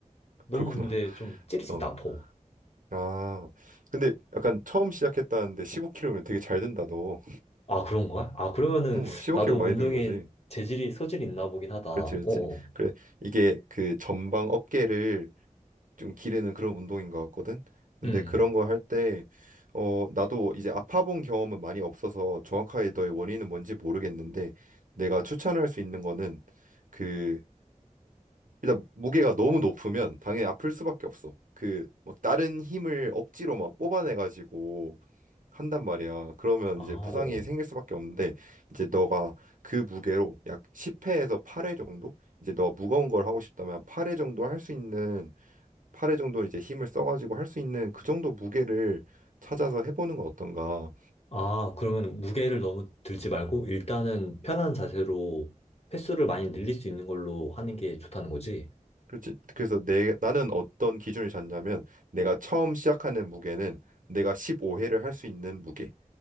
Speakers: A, on the left (about 50°); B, on the right (about 75°).
A: 너무
B: 그렇구나.
A: 근데
B: <laughs>
A: 좀 찌릿찌릿
B: 어.
A: 아파.
B: 아, 근데 약간 처음 시작했다는데 15kg면 되게 잘 된다, 너.
A: 아, 그런 거야? 아, 그러면은
B: 어, 15kg
A: 나도 운동에
B: 많이 드는 거지.
A: 재질이 소질이 있나 보긴 하다. 어어.
B: 그렇지, 그렇지. 그래, 이게 그 전방 어깨를 좀 기르는 그런 운동인 것 같거든. 근데
A: 음.
B: 그런 거 할 때, 어, 나도 이제 아파 본 경험은 많이 없어서 정확하게 너의 원인은 뭔지 모르겠는데, 내가 추천할 수 있는 거는 그 일단 무게가 너무 높으면 당연히 아플 수밖에 없어. 그 막 다른 힘을 억지로 막 뽑아내 가지고 한단 말이야. 그러면
A: 아,
B: 이제 부상이
A: 어어.
B: 생길 수밖에 없는데 이제 너가 그 무게로 약 10회에서 8회 정도 이제 너가 무거운 걸 하고 싶다면 8회 정도 할 수 있는 8회 정도 이제 힘을 써 가지고 할 수 있는 그 정도 무게를 찾아서 해보는 건 어떤가.
A: 아, 그러면 무게를 너무 들지 말고 일단은 편한 자세로 횟수를 많이 늘릴 수 있는 걸로 하는 게 좋다는 거지.
B: 그렇지. 그래서 내 나는 어떤 기준을 잡냐면 내가 처음 시작하는 무게는 내가 15회를 할 수 있는 무게.